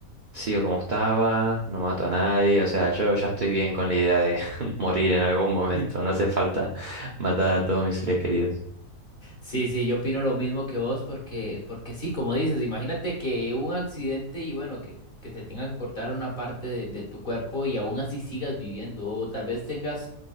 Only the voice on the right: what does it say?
sigo como estaba, no mato a nadie, o sea, yo ya estoy bien con la idea de <laughs> morir en algún momento,
no hace falta matar a todos mis seres queridos.